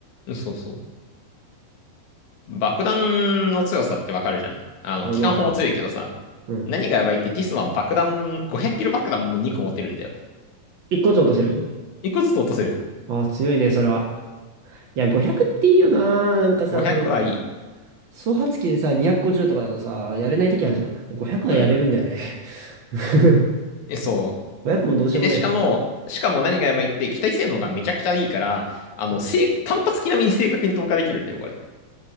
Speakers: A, on the left (about 65°); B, on the right (about 85°).
A: うんそうそう。爆弾の強さってわかるじゃん。あの、
B: あ、まあ、
A: 機関砲も強いけどさ、
B: うん。
A: 何がやばいってティスマは爆弾、500キロ爆弾も2個持ってるんだよ。
B: 一個ずつ落とせる
A: 1個ずつ落とせる。
B: ああ、強いね、それは。いや、500っていいよな。なんかさ、
A: 500はいい。
B: その、総発機でさ、250とかだとさ、やれない時あるじゃん。500はやれるんだよね。
A: うん。
B: <laughs>
A: え、そう。
B: 500もどうしようもないよ。
A: え、で、しかも、しかも何がやばいって機体性能がめちゃくちゃいいから、あの、
B: うん。
A: 正単発機並みに正確に投下できるんだよ、これ。